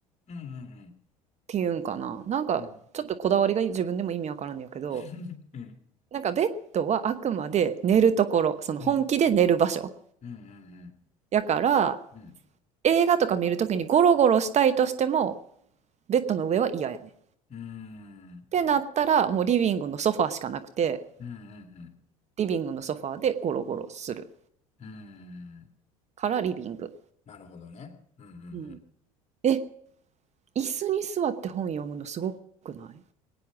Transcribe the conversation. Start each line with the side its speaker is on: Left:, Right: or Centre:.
Left: あ、うんうん
Right: ていうんかな。なんかちょっとこだわりが自分でも意味わからんのやけど、
Left: うん。うん。<laughs> うん。
Right: なんかベッドはあくまで寝るところ、その本気で寝る場所。
Left: うん。うんうん
Right: やから
Left: うん。うん。
Right: 映画とか見るときにゴロゴロしたいとしてもベッドの上は嫌やね。
Left: うーん
Right: ってなったらもうリビングのソファーしかなくて、
Left: うんうん
Right: リビングのソファーでゴロゴロする
Left: うん。うーん。
Right: からリビング。
Left: なるほどね。うんうんうん。
Right: うんえ、椅子に座って本読むのすごくない